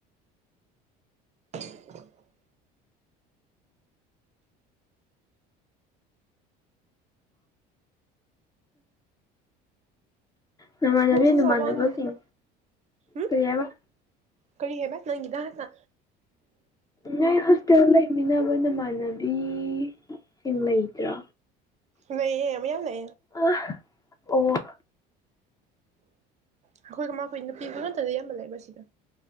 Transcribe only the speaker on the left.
ꯅꯃꯥꯟꯅꯕꯤ
ꯅꯃꯥꯟꯅꯕꯁꯤꯡ
ꯀꯔꯤ ꯍꯥꯏꯕ
ꯅ ꯍꯁꯇꯦꯕ ꯂꯩꯦ ꯃꯤꯟꯅꯕ ꯅꯃꯥꯟꯅꯕꯤꯁꯤꯡ ꯂꯩꯇ꯭ꯔꯥ
ꯑ ꯑꯣ